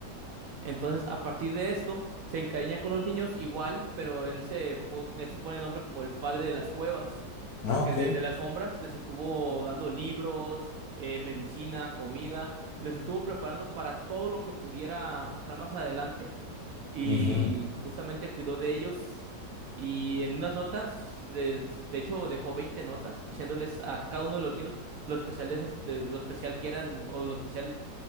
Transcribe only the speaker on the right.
Entonces, a partir de esto, se encariña con los niños igual, pero él se, pos- él se pone el nombre como el padre de las cuevas, porque
desde las sombras les estuvo dando libros, eh, medicina, comida, les estuvo preparando para todo lo que pudiera pasar más adelante y
justamente cuidó de ellos y en unas notas, les, de hecho, dejó 20 notas diciéndoles a cada uno de los niños lo especial de esas, de lo especial que eran o lo especial